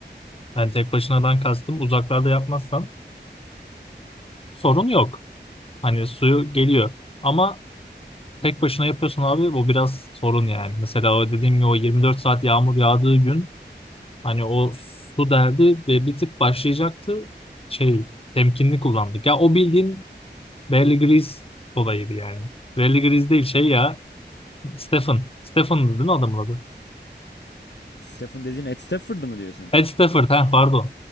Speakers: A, on the left; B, on the left.
A: Yani tek başınadan kastım uzaklarda yapmazsan sorun yok. Hani suyu geliyor. Ama tek başına yapıyorsun abi bu biraz sorun yani. Mesela o dediğim gibi o 24 saat yağmur yağdığı gün hani o su derdi ve bir tık başlayacaktı. Şey temkinli kullandık. Ya o bildiğin Bear Grylls olayıydı yani. Bear Grylls değil şey ya. Stephen. Stephen'dı değil mi adamın adı?
B: Stephen dediğin Ed Stafford'ı mı diyorsun?
A: Ed Stafford ha pardon.